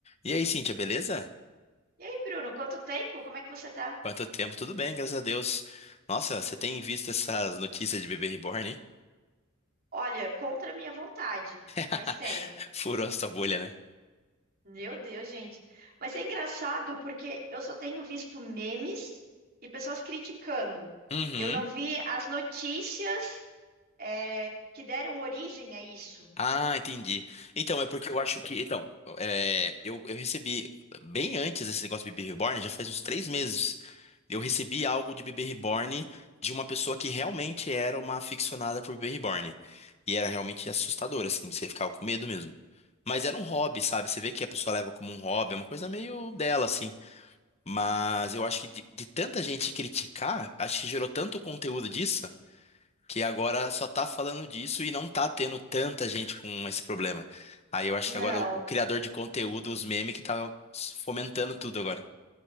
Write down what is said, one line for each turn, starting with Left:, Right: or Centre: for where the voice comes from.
Left: E aí, Cíntia, beleza?
Right: E aí, Bruno, quanto tempo? Como é que você tá?
Left: Quanto tempo? Tudo bem, graças a Deus. Nossa, você
Right: Ah, Legal.
Left: tem visto essas notícias de bebê reborn, hein?
Right: Olha, contra a minha vontade,
Left: <laughs>
Right: mas tenho.
Left: Furou a sua bolha, né?
Right: Meu Deus, gente. Mas é engraçado porque eu só tenho visto memes e pessoas criticando.
Left: Uhum.
Right: Eu não vi as notícias, é, que deram origem a isso.
Left: Ah, entendi. Então, é porque eu acho que. Então, é, eu, eu recebi, bem antes desse negócio de bebê reborn, já faz uns três meses, eu recebi algo de bebê reborn de uma pessoa que realmente era uma aficionada por bebê reborn. E era realmente assustador, assim, você ficava com medo mesmo. Mas era um hobby, sabe? Você vê que a pessoa leva como um hobby, é uma coisa meio dela, assim. Mas eu acho que de, de tanta gente criticar, acho que gerou tanto conteúdo disso, que agora só tá falando disso e não tá tendo tanta gente com esse problema. Aí eu acho
Right: Não.
Left: que agora o, o criador de conteúdo, os memes, que tá fomentando tudo agora.